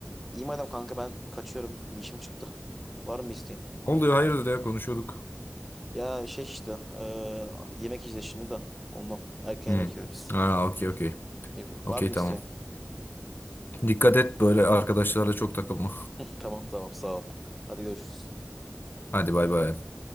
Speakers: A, in the centre; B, on the left (about 50°).
A: İyi madem kanka ben kaçıyorum. Bir işim çıktı. Var mı bir isteğin?
B: Oluyor hayırdır ya konuşuyorduk.
A: Ya şey işte eee, yemek yiyeceğiz şimdi de ondan. Erken
B: Hı.
A: yemek yiyoruz.
B: Ha, okey okey.
A: İyi, var
B: Okey
A: mı
B: tamam.
A: isteğin?
B: Dikkat et böyle arkadaşlarla çok takılma.
A: <laughs> Tamam tamam sağ ol. Hadi görüşürüz.
B: Hadi bay bay.